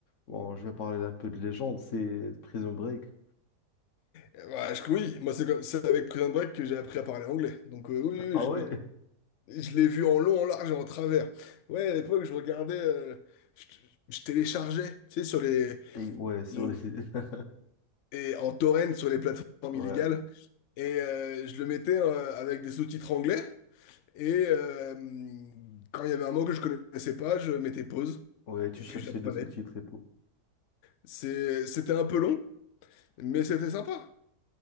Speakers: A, on the left (about 50°); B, on the left (about 75°).
A: bon, je vais parler un peu de légende, c'est Prison Break.
B: Euh, bah, je- oui, moi c'est comme- c'est avec Prison Break que j'ai appris à parler anglais. Donc euh, oui,
A: Ah ouais?
B: oui, je, je l'ai vu en long, en large et en travers. Ouais, à l'époque je regardais, euh, je, je téléchargeais, tu sais, sur les,
A: Et ouais, sur
B: les-
A: les... <laughs>
B: et en torrent sur les plateformes
A: Ouais,
B: illégales et euh, je le mettais euh, avec des sous-titres anglais. Et euh, quand il y avait un mot que je connaissais pas, je mettais pause
A: ouais, tu
B: et
A: cherchais
B: puis j'apprenais.
A: le sous-titre et tout.
B: C'est- C'était un peu long, mais c'était sympa.